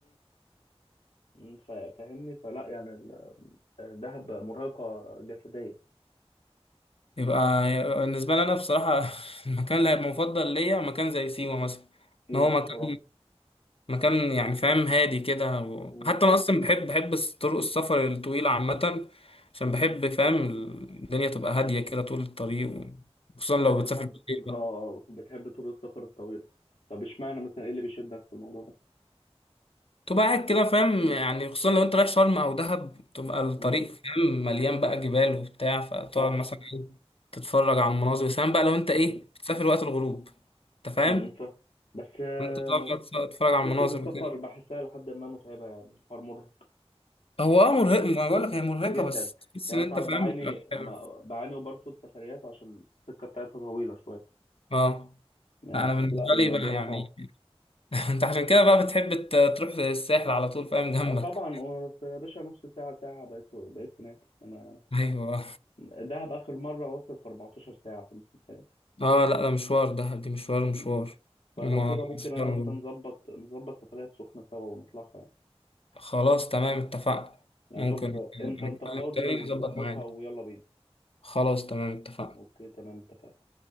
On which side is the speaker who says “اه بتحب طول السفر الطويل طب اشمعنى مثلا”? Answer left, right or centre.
Left